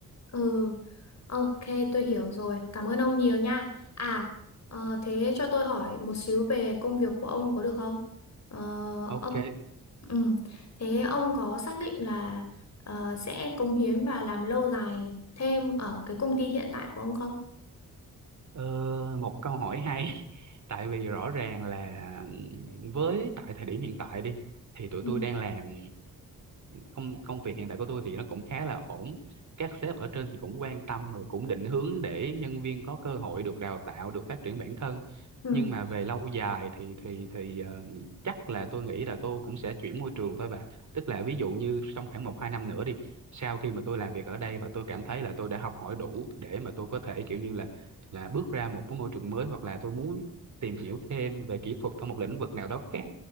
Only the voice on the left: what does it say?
Ừ, ok, tôi hiểu rồi. Cảm ơn ông nhiều nha. À, ờ, thế cho tôi hỏi một xíu về công việc của ông có được không? Ờ,
ông, ừ, thế ông có xác định là ờ, sẽ cống hiến và làm lâu dài thêm ở cái công ty hiện tại của ông không?
Ừ.
Ừ.